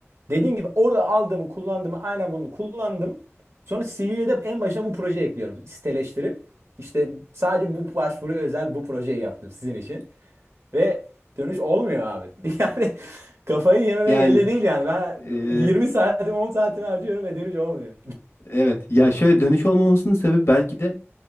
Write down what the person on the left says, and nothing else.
Yani
e,
evet ya şöyle dönüş olmamasının sebebi belki de